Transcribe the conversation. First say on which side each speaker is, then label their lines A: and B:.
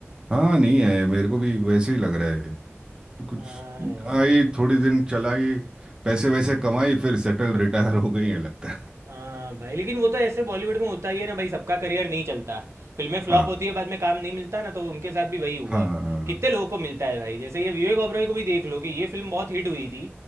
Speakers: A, on the right; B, on the right.
A: हाँ नहीं है मेरे को भी वैसे ही लग रहा है तो कुछ
B: हाँ यार।
A: आई थोड़ी दिन चलाई पैसे वैसे कमाई फिर सेटल रिटायर हो गई है लगता है
B: हाँ भाई लेकिन वो तो ऐसे बॉलीवुड में होता ही है ना भाई सबका करियर नहीं चलता फिल्में फ्लॉप
A: हाँ
B: होती है बाद में काम नहीं मिलता ना तो उनके साथ भी वही हुआ
A: हाँ हाँ,
B: कितने लोगों को मिलता है भाई जैसे ये विवेक ओबरॉय को भी देख लो कि ये फिल्म बहुत हिट हुई थी